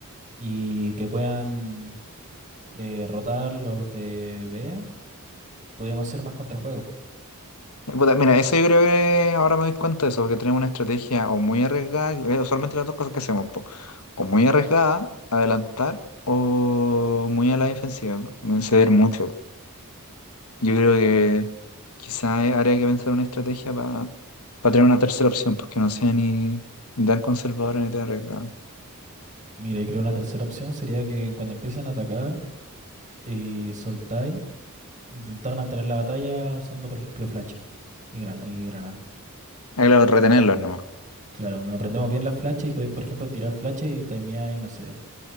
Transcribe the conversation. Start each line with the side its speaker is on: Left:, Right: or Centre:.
Right: y que puedan eh, rotar los de B, podríamos hacer más contrajuegos.
Left: Puta, Mira, eso yo creo que ahora me doy cuenta de eso, que tenemos una estrategia o muy arriesgada, eh, usualmente las dos cosas que hacemos, po, o muy arriesgada, adelantar, o muy a la defensiva, mm, ceder mucho. Yo creo que quizás habría que pensar una estrategia para tener una tercera opción, pues que no sea ni tan conservadora ni tan arriesgada.
Right: Mira, y creo una tercera opción sería que cuando empiecen a atacar y soltáis. Intentar mantener la batalla usando, por ejemplo, flachas y, gran y granada.
Left: Ah, claro, retenerlos no
Right: Claro, nos aprendemos bien las flachas y podéis, por ejemplo, tirar flachas y timeáis, no sé,